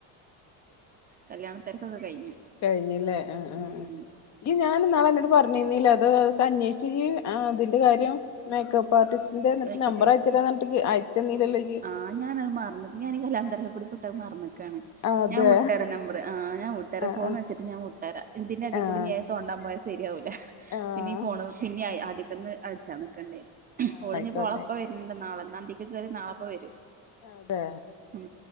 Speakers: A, on the right; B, on the left.
A: കല്യാണ തെരക്കൊക്കെ കഴിഞ്ഞു.
B: കഴിഞ്ഞി ല്ലേ ആഹ് ആഹ്.
A: ഉം
B: ഈ ഞാൻ ന്നാളെ അന്നോട് പറഞ്ഞിരുന്നില്ലേ അത് അ അന്വേഷിച്ച് അതിന്റെ കാര്യം മേക്കപ്പ് ആർട്ടിസ് സിന്റെ
A: അതൊക്കെ
B: എന്നിട്ട് നമ്പർ അയച്ച് തരാന്ന് പറഞ്ഞിട്ട് എന്നിട്ട് അയച്ച് തന്നില്ലല്ലോ ഈ.
A: ആ ഞാനത് മറന്ന് <unintelligible> ട്ട് മറന്നേക്കാണ്
B: അതെ
A: ഞാ വ് ട്ടെര നമ്പറ് ആഹ് ഞാൻ വിട്ടെര
B: ആഹ്
A: ഫോൺ
B: ആഹ്
A: വെച്ചിട്ട് ഞാൻ വിട്ടെര ഇതിന്റെ എഡേ
B: ആഹ്
A: കൂടി ഞാൻ തോണ്ടാൻ പോയാ ശരിയാവുല്ല.
B: ആഹ്
A: പിന്നെ ഈ ഫോണൊ <unintelligible> ആദ്യക്കൊന്ന് അടിച്ചാന്ന്. ക്കണ്ടേ
B: ആഹ്
A: ഓളിഞ്ഞപ്പോ
B: ആയിക്കോട്ടെ
A: ഓളപ്പ വരണ്ട് നാളെന്നന്തിക്ക് കേറി നാളെപ്പ വരും.
B: അതെ
A: മ്